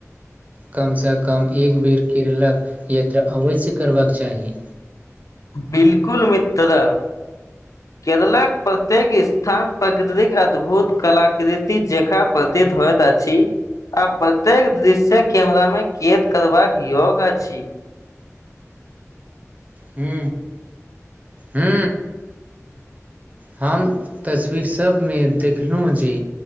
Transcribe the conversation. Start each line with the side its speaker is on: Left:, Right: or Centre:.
Right: कमसँ कम एक बेर केरलक यात्रा अवश्य करबाक चाही
Left: बिलकुल मितद केरलाक प्रत्येक स्थान प्रकृतिक अद्भुत कलाकृति जे हो जा छी आ प्रत्येक दृश्ये कैमरा मे खद करबाक योग अछि
Right: हू हू हम तस्वीरसभमे देखलहुँ जे